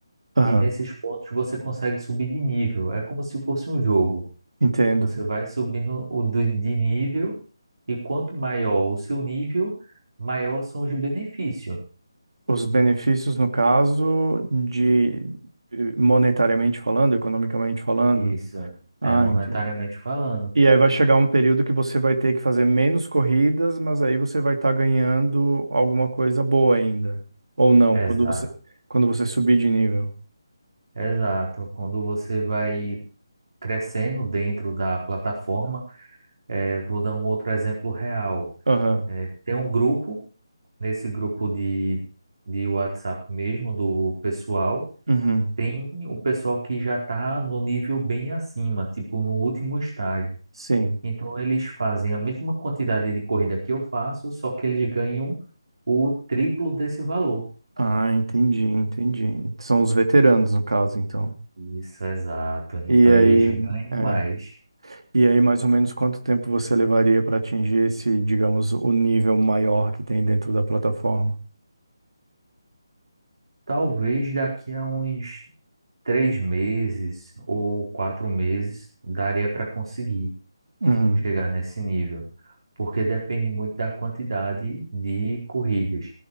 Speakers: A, on the right; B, on the right.
A: Aham,
B: E nesses pontos você consegue subir de nível. É como se fosse um jogo.
A: entendo.
B: Você vai subindo o do- de nível e quanto maior o seu nível, maior são os benefícios.
A: Os benefícios, no caso, de eh, monetariamente falando, economicamente falando.
B: Isso,
A: Ah,
B: é monetariamente
A: entendi.
B: falando.
A: E aí vai chegar um período que você vai ter que fazer menos corridas, mas aí você vai estar ganhando alguma coisa boa ainda. Ou não,
B: Exato,
A: quando você, quando você subir de nível.
B: exato. Quando você vai crescendo dentro da plataforma, eh, vou dar um outro exemplo real.
A: Aham.
B: Eh, tem um grupo, nesse grupo de, de WhatsApp mesmo, do pessoal,
A: Uhum.
B: tem o pessoal que já está no nível bem acima, tipo no último estágio.
A: Sim.
B: Então eles fazem a mesma quantidade de corrida que eu faço, só que eles ganham o triplo desse valor.
A: Ah, entendi, entendi. São os veteranos, no caso, então.
B: Isso, exato. Então
A: E aí,
B: eles ganham
A: é.
B: mais.
A: E aí, mais ou menos quanto tempo você levaria para atingir esse, digamos, o nível maior que tem dentro da plataforma?
B: Talvez daqui a uns três meses ou quatro meses daria para conseguir
A: Uhum.
B: chegar nesse nível, porque depende muito da quantidade de corridas